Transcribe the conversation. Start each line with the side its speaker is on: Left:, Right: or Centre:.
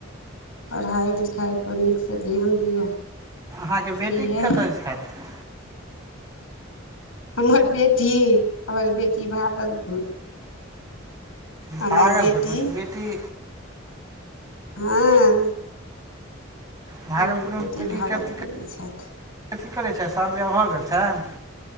Left: पढ़ाइ लिखाइ पर नीक सँ ध्यान दिअ
Right: अहाँके बेटी
Left: किया
Right: कतऽ छथि
Left: हमर बेटी हमर बेटी भागलपुर हमर
Right: भागलपुर
Left: बेटी
Right: में की बेटी
Left: हँ।
Right: भागलपुर
Left: हमर
Right: मे बेटी
Left: भागलपुरमे
Right: केथी कथी
Left: छथि
Right: करै छै साल विवाह भऽ गेल छनि